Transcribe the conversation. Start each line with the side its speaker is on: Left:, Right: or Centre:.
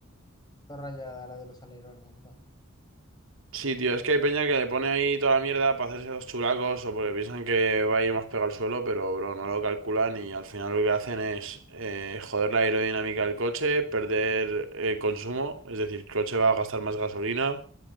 Left: todo rayada la de los alerones, bro.
Right: Sí, tío, es que hay peña que le pone ahí toda la mierda para hacerse los chulacos o porque piensan que va a ir más pegado al suelo, pero bro, no lo calculan y al final lo que hacen es eh, joder la aerodinámica del coche, perder eh, consumo, es decir, el coche va a gastar más gasolina